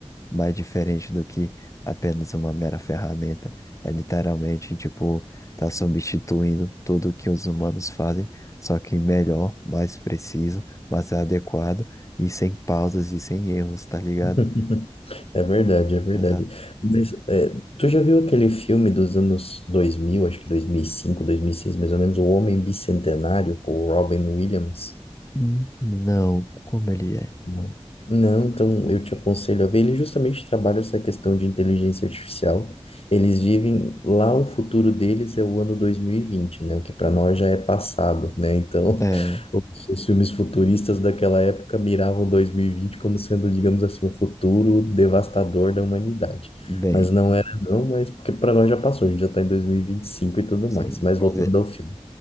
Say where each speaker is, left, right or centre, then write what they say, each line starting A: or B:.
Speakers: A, on the left (about 30°); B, on the left (about 60°).
A: mais diferente do que apenas uma mera ferramenta. É literalmente, tipo, Tá substituindo tudo o que os humanos fazem, só que melhor, mais preciso, mais adequado e sem pausas e sem erros, tá ligado?
B: <laughs> É verdade, é verdade.
A: Exato.
B: Mas é, tu já viu aquele filme dos anos dois mil acho que 2005, seis mais ou menos, O Homem Bicentenário, com o Robin Williams?
A: Hum, Não, como ele é?
B: Não, Não, então eu te aconselho a ver. Ele justamente trabalha essa questão de inteligência artificial. Eles vivem lá, o futuro deles é o ano dois mil e vinte né? O que para nós já é passado, né? Então,
A: É,
B: Todos os filmes futuristas daquela época miravam 2020 como sendo, digamos assim, o futuro devastador da humanidade.
A: bem,
B: Mas não era, não, mas porque para nós já passou, a gente já está em 2025 e vinte e cinco e
A: sim.
B: tudo mais. Mas
A: Mas
B: voltando
A: é-
B: ao filme.